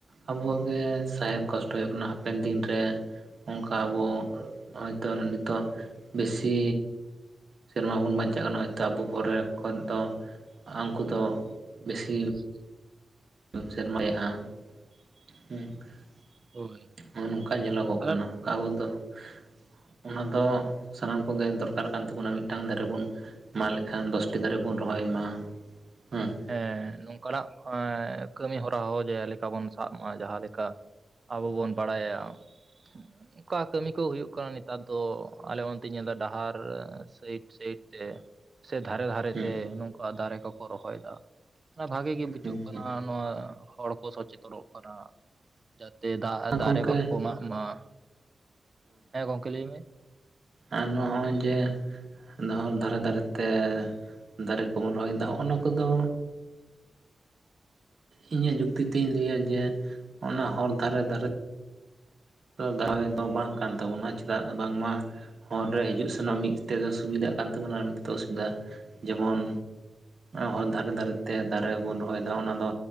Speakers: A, on the right; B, on the right.
A: ᱟᱵᱚᱣᱟᱜ ᱜᱮ ᱥᱟᱦᱮᱫ ᱦᱩᱭᱩᱜ ᱠᱟᱱᱟ ᱦᱟᱯᱮᱱ ᱫᱤᱱ ᱨᱮ ᱚᱱᱠᱟ ᱟᱵᱚ ᱦᱚᱭᱛᱚ ᱱᱤᱛᱚᱜ ᱵᱮᱥᱤ ᱥᱮᱨᱢᱟ ᱵᱚᱱ ᱵᱟᱧᱪᱟᱜ ᱠᱟᱱᱟ ᱦᱚᱭᱛᱚ ᱟᱵᱚ ᱯᱚᱨᱮ ᱠᱷᱚᱱ ᱫᱚ ᱩᱱᱠᱩ ᱫᱚ ᱵᱮᱥᱤ
B: <inaudible>
A: ᱥᱮᱨᱢᱟᱭᱟᱜ-ᱟ <inaudible> ᱦᱩᱸ <inaudible>
B: ᱦᱳᱭ
A: ᱱᱚᱜ-ᱱᱚᱝᱠᱟ ᱧᱮᱞᱚᱜᱚᱜ
B: ᱟᱨ
A: ᱠᱟᱱᱟ ᱾ ᱟᱵᱚ ᱫᱚ <inaudible> ᱚᱱᱟ ᱫᱚ ᱥᱟᱱᱟᱢ ᱠᱚᱜᱮ ᱫᱚᱨᱠᱟᱨ ᱠᱟᱱ ᱛᱟᱵᱚᱱᱟ ᱢᱤᱫᱴᱟᱝ ᱫᱟᱨᱮ ᱵᱚᱱ ᱢᱟᱜ ᱞᱮᱠᱷᱟᱱ ᱫᱚᱥᱴᱤ ᱫᱟᱨᱮ ᱵᱚᱱ ᱨᱚᱦᱚᱭ ᱢᱟ <inaudible> ᱦᱮᱸ ᱾
B: ᱦᱮᱸ ᱱᱚᱝᱠᱟᱱᱟᱜ ᱠᱟᱹᱢᱤ ᱦᱚᱨᱟ <unintelligible> ᱡᱮᱞᱮᱠᱟ ᱵᱚᱱ ᱥᱟᱵ ᱢᱟ ᱡᱟᱦᱟᱸ ᱞᱮᱠᱟ ᱟᱵᱚ ᱵᱚᱱ ᱵᱟᱲᱟᱭᱟ <inaudible> ᱚᱠᱟ ᱠᱟᱹᱢᱤ ᱠᱚ ᱦᱩᱭᱩᱜ ᱠᱟᱱᱟ ᱱᱮᱛᱟᱨ ᱫᱚ ᱟᱞᱮ ᱚᱱᱛᱮᱧ ᱧᱮᱞ ᱮᱫᱟ ᱰᱟᱦᱟᱨ ᱥᱟᱭᱤᱰ ᱥᱟᱭᱤᱰ ᱛᱮ ᱥᱮ ᱫᱷᱟᱨᱮ ᱫᱷᱟᱨᱮ
A: ᱦᱮᱸ
B: ᱛᱮ ᱱᱚᱝᱠᱟ ᱫᱟᱨᱮ ᱠᱚᱠᱚ ᱨᱚᱦᱚᱭ ᱮᱫᱟ ᱚᱱᱟ ᱵᱷᱟᱜᱮ ᱜᱮ ᱵᱩᱡᱷᱟᱹᱜ
A: ᱦᱮᱸ
B: ᱠᱟᱱᱟ ᱾ ᱱᱚᱣᱟ ᱦᱚᱲ ᱠᱚ ᱥᱚᱪᱮᱛᱚᱱᱚᱜ ᱠᱟᱱᱟ <inaudible> ᱡᱟ ᱛᱮ ᱫᱟᱜ
A: ᱦᱮᱸ
B: ᱫᱟᱨᱮ
A: ᱜᱚᱝᱠᱮ
B: ᱵᱟᱠᱚ ᱮᱢᱟᱜ ᱢᱟ <inaudible> ᱦᱮᱸ ᱜᱚᱝᱠᱮ ᱞᱟᱹᱭ ᱢᱮ ᱾
A: ᱟᱨ ᱱᱚᱜ-ᱚᱭ ᱡᱮ ᱰᱟᱦᱟᱨ ᱫᱷᱟᱨᱮ ᱫᱷᱟᱨᱮ ᱛᱮ ᱫᱟᱨᱮ ᱠᱚᱵᱚᱱ ᱨᱚᱦᱚᱭᱮᱫᱟ ᱦᱚᱜ-ᱱᱟ ᱠᱚᱫᱚ
B: <inaudible>
A: ᱤᱧᱟᱹᱜ ᱡᱩᱠᱛᱤ ᱛᱤᱧ ᱞᱟᱹᱭᱟ ᱡᱮ ᱚᱱᱟ ᱦᱚᱨ ᱫᱷᱟᱨᱮ ᱫᱷᱟᱨᱮ ᱫᱚᱦᱚᱭ ᱫᱚ ᱵᱟᱝ ᱠᱟᱱ ᱛᱟᱵᱚᱱᱟ ᱪᱮᱫᱟᱜ ᱵᱟᱝᱢᱟ ᱦᱚᱨ ᱨᱮ ᱦᱤᱡᱩᱜ ᱾ ᱢᱤᱫ ᱛᱮᱫᱚ ᱥᱩᱵᱤᱫᱷᱟᱜ ᱠᱟᱱ ᱛᱟᱵᱚᱱᱟ ᱟᱨ ᱢᱤᱫᱮᱫᱚ ᱚᱥᱩᱵᱤᱫᱟ ᱡᱮᱢᱚᱱ ᱦᱚᱨ ᱫᱷᱟᱨᱮ ᱫᱷᱟᱨᱮ ᱛᱮ ᱫᱟᱨᱮ ᱵᱚᱱ ᱨᱚᱦᱚᱭ ᱚᱱᱟ ᱫᱚ